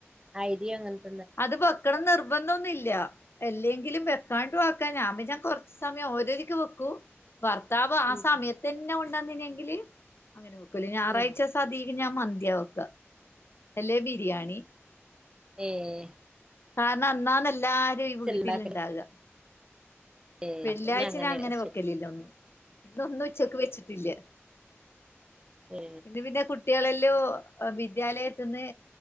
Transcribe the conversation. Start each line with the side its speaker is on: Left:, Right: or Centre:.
Right: ഐഡിയാണെല്ലോ
Left: അത് ബെക്കണം നിർബന്ധൊന്നുല്ല എല്ലെങ്കിലും വെക്കാണ്ട് വക്കാ ഞാമ്മിന്ന കുറച്ച സമയം ഓരോരിക്ക് വെക്കൂ ഭർത്താവ് ആ
Right: ഉം
Left: സമയത്ത് തന്നെ കൊണ്ടന്നനെങ്കില് അങ്ങനെ വെക്കല് ഞായറാഴ്ച
Right: ആ
Left: സതി <unintelligible> ഞാൻ മന്തിയാ വെക്ക അല്ലേ ബിരിയാണി
Right: ഏഹ്
Left: കാരണം അന്നാന്ന എല്ലാരും ഈ വീട്ടില്ണ്ടാവ
Right: ഉണ്ടാക്കല് ഏ
Left: വെള്ളിയാഴ്ച്ച
Right: അപ്പൊ പിന്നെ അങ്ങനെയാണ്
Left: ഞാൻ അങ്ങനെ
Right: ശരി
Left: വെക്കലില്ല ഒന്നും ഇന്നൊന്നും ഉച്ചക്ക് വെച്ചിട്ടില്ല
Right: ഏ
Left: ഇന്ന് പിന്നെ കുട്ടികളെല്ലോ വിദ്യാലയത്തിന്ന്